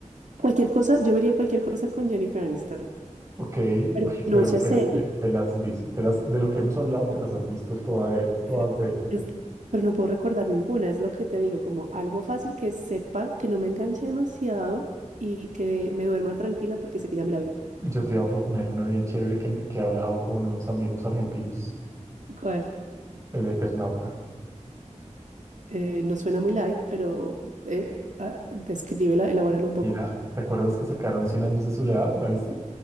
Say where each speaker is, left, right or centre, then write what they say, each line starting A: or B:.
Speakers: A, on the right; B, on the right.
A: cualquier cosa, yo vería cualquier cosa con Jennifer Aniston,
B: Ok, <laughs> uy,
A: pero que
B: pero
A: no sea
B: creo
A: serie.
B: que te las vis- te las, de lo que hemos hablado, te las has visto toda de- todas
A: Pero,
B: de ella.
A: es- pero no puedo recordar ninguna, es lo que te digo, como algo fácil que sepa, que no me enganche demasiado y que me duerma tranquila porque sé que ya me la vi.
B: Yo te iba a proponer una bien chévere que, me- que he hablado con unos amigos argentinos,
A: ¿Cuál?
B: El Eternauta.
A: Eh, no suena muy light, pero eh, ah, descríbela, elabórala un poco.
B: Mira, ¿te acuerdas que sacaron Cien años de soledad? ¿La viste?